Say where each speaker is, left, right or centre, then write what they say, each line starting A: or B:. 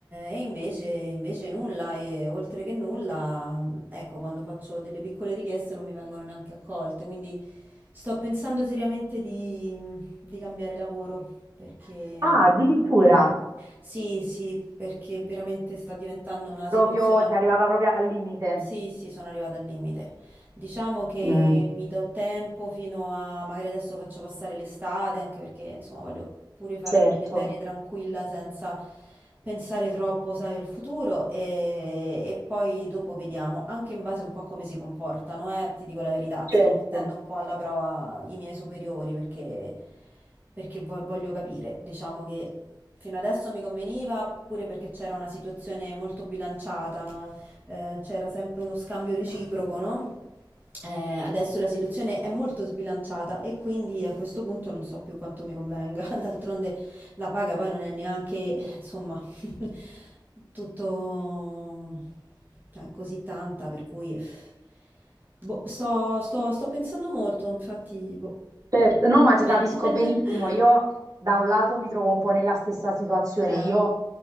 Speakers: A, on the right; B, on the right.
A: e invece, invece nulla, e oltre che nulla, ecco, quando faccio delle piccole richieste non mi vengono neanche accolte, quindi sto pensando seriamente di, di cambiare lavoro, perché
B: Ah, addirittura,
A: sì, sì, perché veramente sta diventando una
B: proprio
A: situazione...
B: sei arrivata proprio al limite.
A: Sì, sì, sono arrivata al limite. Diciamo che
B: Mm.
A: mi do tempo fino a, magari adesso faccio passare l'estate, anche perché insomma voglio pure farmi
B: certo,
A: delle ferie tranquilla senza pensare troppo, sai, al futuro e, e poi dopo vediamo, anche in base un po' a come si comportano, eh, ti dico la verità,
B: certo.
A: sto mettendo un po' alla prova i miei superiori perché, perché vo- voglio capire, diciamo che Fino adesso mi conveniva pure perché c'era una situazione molto bilanciata, eh, c'era sempre uno scambio reciproco, no? Eh, adesso la situazione è molto sbilanciata e quindi a questo punto non so più quanto mi convenga. <laughs> D'altronde la paga poi non è neanche, insomma, <laughs> tutto cioè, così tanta, per cui pff, boh, sto, sto- sto pensando molto, infatti, boh.
B: Certo, no, ma ti
A: <laughs>
B: capisco benissimo. Io da un lato mi trovo un po' nella stessa situazione.
A: Eh,
B: Io